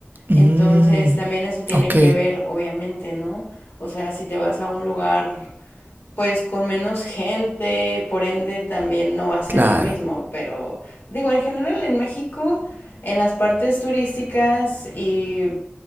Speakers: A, on the right (about 50°); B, on the left (about 75°).
A: Mm,
B: Entonces también eso tiene
A: ok,
B: que ver, obviamente, ¿no? O sea, si te vas a un lugar pues con menos gente, por ende también no va a ser
A: claro,
B: lo mismo, pero digo, en general en México, en las partes turísticas y